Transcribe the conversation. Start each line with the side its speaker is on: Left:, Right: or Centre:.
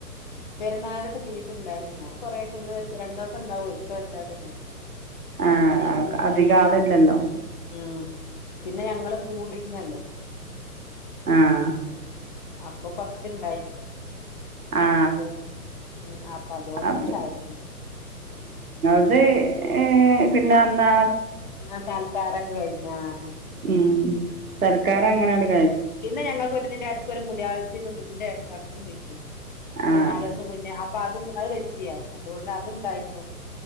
Left: പെരുനാളിലത്ത ബീഫ് ഉണ്ടായിരുന്നോ കൊറേശേ ഒന്ന് വെ രണ്ട് ദിവസം ഉണ്ടാവല്ലേ അത് തന്നെ അങ്ങനെ
Right: ആ
Left: ആയിട്ട്
Right: അധികം ആളില്ലല്ലോ
Left: ഉം പിന്നെ ഞങ്ങള് കൂടിരിന്നല്ലോ
Right: ആാ
Left: അപ്പം കൊറച്ചെണ്ടായി
Right: ആ
Left: എന്ത് അപ്പ അപ്പം അതുകൊണ്ട്
Right: അപ്പം
Left: ണ്ടായതാണ്
Right: അത് യെ പിന്നൊന്നാ
Left: ആ സാൽക്കാരൊക്കെ കഴിഞ്ഞാ ആഅ
Right: ഉം സൽക്കാരം അങ്ങനങ്ങട്
Left: പിന്നെ ഞങ്ങക്ക് ഒര് ഇതിന്റെ എടക്ക് ഒര് മുടി <unintelligible>
Right: ആ
Left: ഒര് നാലോസം മുന്നേ അപ്പം അത് അത് വെച്ചിയായിന്ന് അതുകൊണ്ട് അതുണ്ടായിരുന്നു